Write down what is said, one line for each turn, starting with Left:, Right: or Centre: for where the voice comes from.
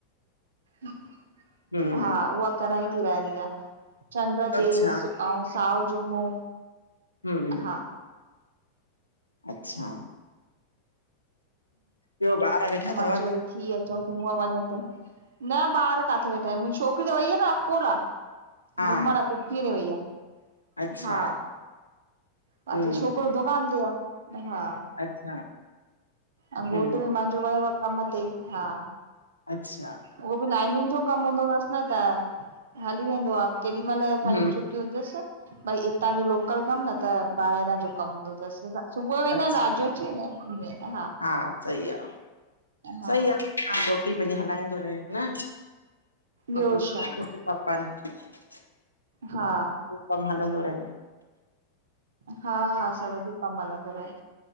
Right: हा,
Left: हम्म
Right: उहा कराईंदी रहंदी आ चंड
Left: अच्छा
Right: ते ऐं साओ जुमो
Left: हमम
Right: हा
Left: अच्छा, ॿियो ॿार वेठा
Right: त
Left: अथव?
Right: मां चयो वरी थी अचऊं त हूअ वञो त न ॿार काथे वेठान, मुंहिंजी छोकरी त वई आ न अकोला
Left: हा
Right: घुमण, पूफीअ ॾे वईया।
Left: अच्छा
Right: हा
Left: हम्म
Right: बाक़ी छोकिरो दुकान ते आ, हा
Left: अच्छा हम्म
Right: अं घोट बी मुंहिंजो वियो आ कम ते हा,
Left: अच्छा
Right: उहो बि लाइनिंन जो कमु हूंदो अथसि न त हली वेंदो आहे केॾी महिल
Left: हम्म
Right: खणी छुट्टी हूंदी तसि भई हितां जो लोकल कमु न त ॿाहिरां जो कमु हूंदो तस सुबुह वेंदान
Left: अच्छा
Right: राति जो अची वेंदान हा
Left: हा सही आ,
Right: हा
Left: सही आ माण्हू रोटी पंहिंजी हलाईंदो रहे न
Right: ॿियो
Left: उ
Right: छा
Left: क थपनि <inaudible>
Right: हा
Left: कमु हलंदो रहे
Right: हा हा, सभ जो कमु हलंदो रहे